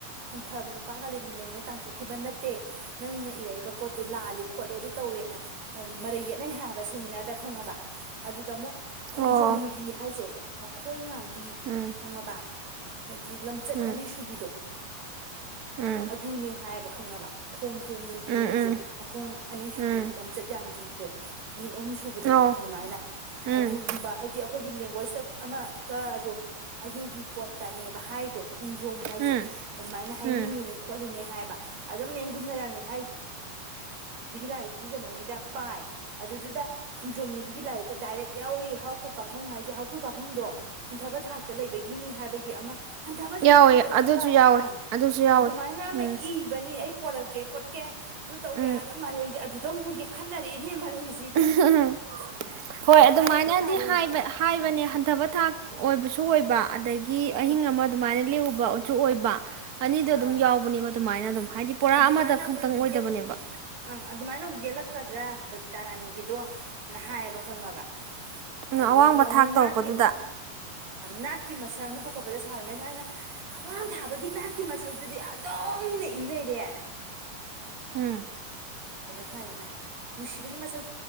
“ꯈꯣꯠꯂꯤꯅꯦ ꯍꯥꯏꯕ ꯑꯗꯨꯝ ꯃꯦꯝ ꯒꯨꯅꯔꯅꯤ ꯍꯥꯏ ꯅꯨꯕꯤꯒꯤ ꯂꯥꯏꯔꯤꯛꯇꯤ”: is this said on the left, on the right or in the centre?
Right